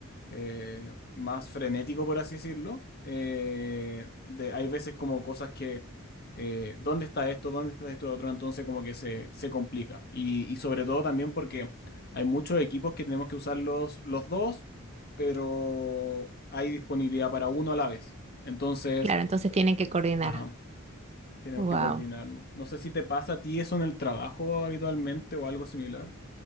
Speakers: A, on the left (about 50°); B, on the right (about 30°).
A: eh, más frenético, por así decirlo. Eh, de, hay veces como cosas que, eh, ¿dónde está esto? ¿Dónde está esto otro? Entonces como que se, se complica. Y, y sobre todo también porque hay muchos equipos que tenemos que usar los, los dos, pero hay disponibilidad para uno a la vez. Entonces,
B: Claro, entonces tienen que coordinar.
A: ajá, tenemos
B: Wow.
A: que coordinarnos. No sé si te pasa a ti eso en el trabajo habitualmente o algo similar.